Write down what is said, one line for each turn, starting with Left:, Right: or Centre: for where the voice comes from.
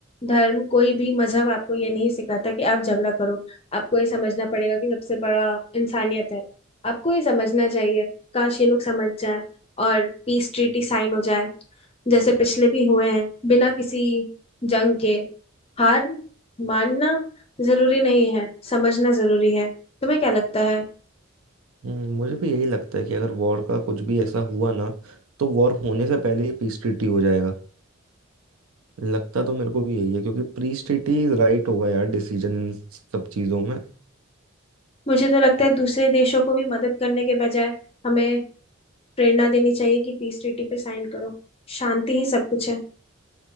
Left: धर्म कोई भी मजहब आपको ये नहीं सिखाता कि आप झगड़ा करो आपको ये समझना पड़ेगा कि सबसे बड़ा इंसानियत है आपको ये समझना चाहिए काश ये लोग समझ जाए और पीस ट्रीटी साइन हो जाए जैसे पिछले भी हुए हैं बिना किसी जंग के हार मानना जरूरी नहीं है समझना जरूरी है तुम्हें क्या लगता है
Right: हम्म, मुझे भी यही लगता है कि अगर वॉर का कुछ भी ऐसा हुआ ना तो वॉर होने से पहले ही पीस ट्रीटी हो जाएगा लगता तो मेरे को भी यही है क्योंकि पीस ट्रीटी राइट होगा यार डिसीजन इन सब चीज़ों में
Left: मुझे तो लगता है दूसरे देशों को भी मदद करने के बजाय हमें प्रेरणा देनी चाहिए कि पीस ट्रीटी पे साइन करो शांति ही सब कुछ है